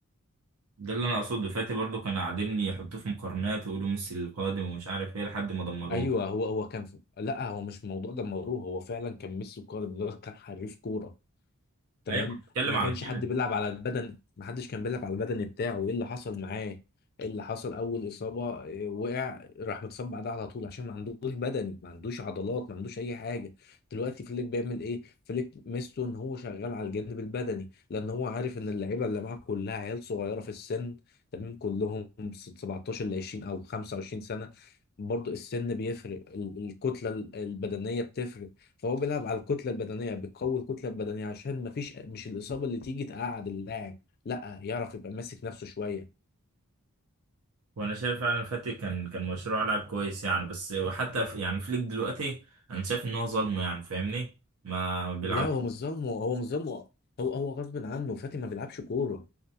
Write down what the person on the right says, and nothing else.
ده اللي انا اقصده فاتي برضه كانوا قاعدين يحطوه في مقارنات ويقولوا ميسي القادم ومش عارف ايه لحد ما دمروه
ايوه بتكلم
على
كده
وانا شايف فعلا فاتي كان كان مشروع لاعب كويس يعني بس حتى في يعني فليك دلوقتي انا شايف ان هو ظلمه يعني فاهمني ما بيلعب